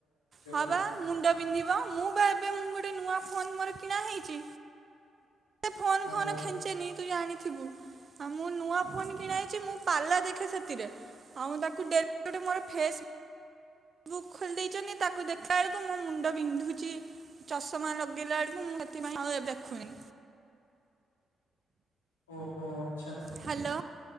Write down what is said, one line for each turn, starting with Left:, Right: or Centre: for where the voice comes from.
Right: ହବା
Left: ସବୁ
Right: ମୁଣ୍ଡ ପନ୍ଧିବ ମୁଁ ବା ଏ ଗୋଟେ ନୂଆ ଫୋ ମୋ- କିଣା ହେଇଛି। ଫୋନ
Left: ହଁ
Right: ଫୋନ ଖେଚେ ନିି। ତୁ ଜାଣିଥିବୁ ଆଉ ମୁଁ ନୂଆ ଫୋନ କିଣାଇ। ମୁଁ ପାରିଲା ଦେଖେ ସେଥିରେ ଆଉ ତାକୁ ଡେଲି ଗୋଟେ ମୋର ଫେସ୍ ବୁକ୍ ଖୋଲି ଦେଇେଇଛନ୍ତି ତାକୁ ଦେଖିଲା ବେଳକୁ ମୋ ମୁଣ୍ଡ ବିନ୍ଧୁଛି ଚଷମା ଲଗେଇଲା ବେଳକୁ ମୁଁ ସେଥିପାଇଁ ଆଉ ଏ ଦେଖୁନି
Left: ଓହୋ ଆଚ୍ଛା
Right: ହ୍ୟାଲୋ